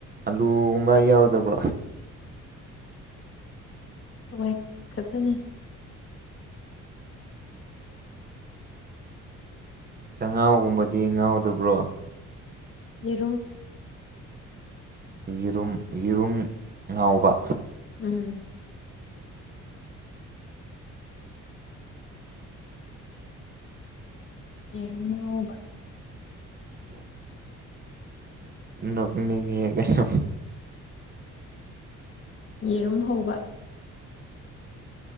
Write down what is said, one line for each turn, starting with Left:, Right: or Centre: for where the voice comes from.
Right: ꯑꯂꯨꯒꯨꯝꯕ ꯌꯥꯎꯗꯕ꯭ꯔꯣ
Left: ꯍꯋꯥꯏ ꯈꯛꯇꯅꯦ
Right: ꯉꯥꯎꯒꯨꯝꯕꯗꯤ ꯉꯥꯎꯗꯕ꯭ꯔꯣ
Left: ꯌꯦꯔꯨꯝ
Right: ꯌꯦꯔꯨꯝ ꯌꯦꯔꯨꯝ ꯉꯥꯎꯕ
Left: ꯎꯝ ꯌꯦꯔꯨꯝ ꯉꯎꯕ
Right: ꯅꯅꯤ ꯀꯩꯅꯁꯨ
Left: ꯌꯦꯔꯨꯝ ꯍꯧꯕ